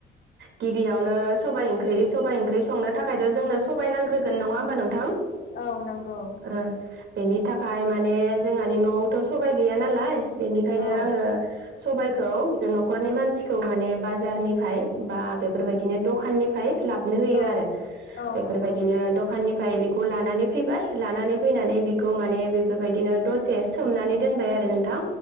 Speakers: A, on the right; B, on the left.
A: गिबियावनो सबाय ओंख्रि सबाय ओंख्रि संनो थाखायथ जोंनो सबाय नांग्रोन नङा होमबा नों थां
B: औ नंगौ
A: आरो बेनि थाखाय माने जोंहानि न'आवथ' सबाइ गैया नालाय बेनिखायनो
B: औ
A: आङो सबायखौ जों न'खर खरनि मानसिखौ माने बाजारनिफ्राय बा बेफोरबायदिनो दखान फाय लाबनो होयो
B: औ
A: आरो
B: औ
A: बेफोरबायदिनो
B: नंगौ
A: दखनि फ्राय बेखौ लानानै फैबाय लानानै फैनानै बेखौ माने बेफोरबायदिनो दसे सोमनानै दोनबाय आरो नों थां